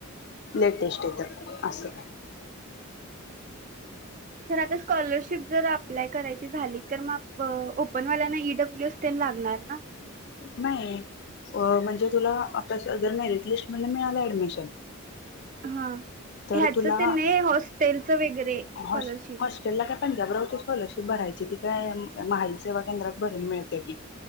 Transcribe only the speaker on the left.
लेटेस्ट येतात असं.
नाही, म्हणजे तुला जर मेरिट लिस्ट मधून मिळालं ऍडमिशन.
तर
तुला
हॉस् हॉस्टेलला काय पंजाबरावची स्कॉलरशिप भरायची ती काय महा ई सेवा केंद्रात भरून मिळत्या की.